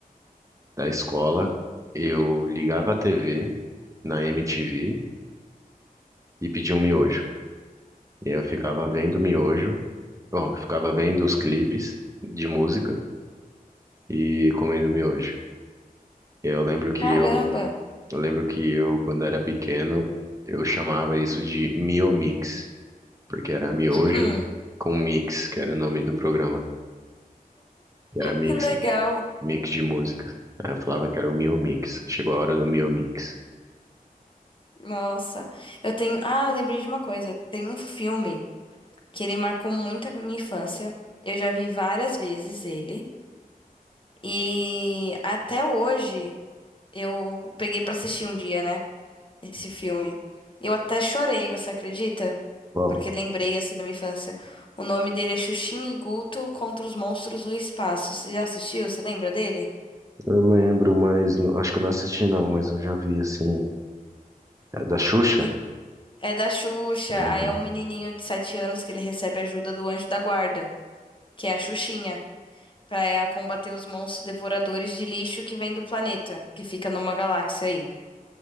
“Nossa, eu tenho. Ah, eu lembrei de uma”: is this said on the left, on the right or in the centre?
Left